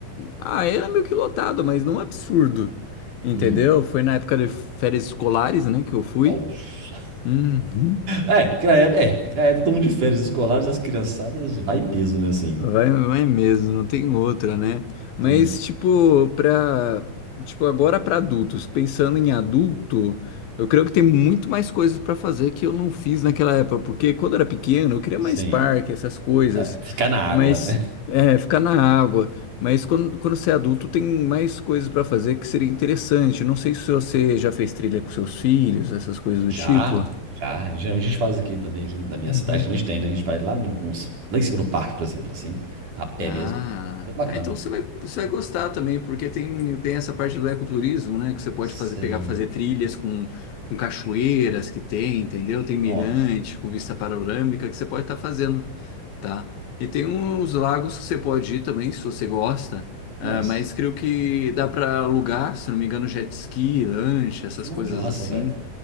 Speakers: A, on the left; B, on the right.
A: Ah, era meio que lotado, mas não absurdo. Entendeu?
B: Hum,
A: Foi na época de férias escolares, né, que eu fui.
B: nossa. <laughs>
A: Uhum.
B: É, que na época- é, é, todo mundo de férias escolares, as criançadas, vai em peso, né, assim.
A: Vai, vai mesmo, não tem outra, né? Mas
B: Sim,
A: tipo, pra, tipo, agora pra adultos, pensando em adulto, eu creio que tem muito mais coisas pra fazer que eu não fiz naquela época, porque quando eu era pequeno, eu queria
B: sim.
A: mais parque, essas coisas,
B: É, ficar na água,
A: mas
B: né?
A: é, ficar na água. Mas quando, quando você é adulto, tem mais coisas pra fazer que seria interessante. Não sei se você já fez trilha com seus filhos, essas coisas do
B: Já,
A: tipo.
B: já. Geralmente a gente faz aqui também, aqui na minha
A: Uhum.
B: cidade também tem, né? A gente vai lá, no, uns- lá em cima do parque, por exemplo, assim, a pé
A: Ah,
B: mesmo. Muito bacana.
A: ah, então você vai, você vai gostar também, porque tem, tem essa parte do ecoturismo, né? Que você pode
B: Sim.
A: fazer, pegar, fazer trilhas com, com cachoeiras que tem, entendeu? Tem mirante
B: Nó.
A: com vista panorâmica que você pode estar fazendo, tá? E tem uns lagos que você pode ir também, se você gosta,
B: Nossa.
A: ah, mas creio que dá para alugar, se não me engano, jet ski, lancha, essas
B: Nó,
A: coisas
B: que massa,
A: assim,
B: velho.